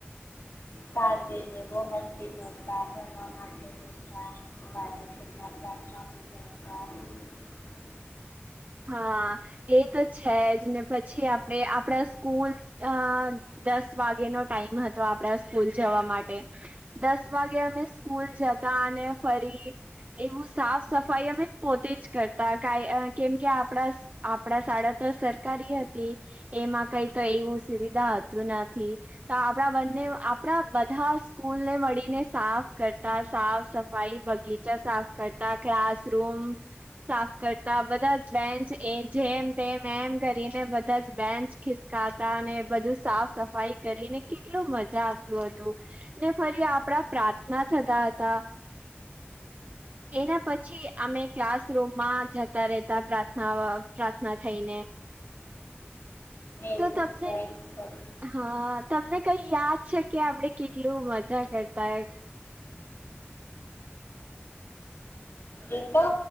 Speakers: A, on the right (about 35°); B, on the left (about 65°).
A: <inaudible>
B: સાજેને બહમસ્તી કરતા ભણવા માટેતા અમા <inaudible>
A: <inaudible> હા એ તો છે જ ને પછી આપણે આપણા સ્કૂલ અ દસ વાગ નો ટાઈમ હતો આપડા સ્કૂલ જવા માટે દસ વાગે અમે સ્કૂલ જતા અને ફરી એવું સાફ સફાઈ અમે પોતે જ કરતા ક કેમ કે આપણા આપણા શાળા તો સરકારી હતી એમાં કઈ તો એવું સુવિધા આપણા બંને આપણા બધા સ્કૂલને મળીને સાફ કરતા સાફ સફાઈ બગીચા સાફ કરતા ક્લાસરૂૂમ સાફ કરતા બધા જ બેન્ચ એ જેમ તેમ એમ કરીને બધા જ બેન્ચ ખીસકાતા અને સાફ સફાઈ કરીને કેટલું મજા આવતું હતું ને ફરી આપણા પ્રાર્થના થ તા તા એના પછી અમે ક્લાસરૂૂમમાં જતા રહેતા પ્રાર્થના પ્રાર્થના થઈને
B: એ
A: તો તમને
B: છે પછી
A: હા તમને કઈ યાદ છે કે આપડે કેટલું મજા કરતાય
B: એ તો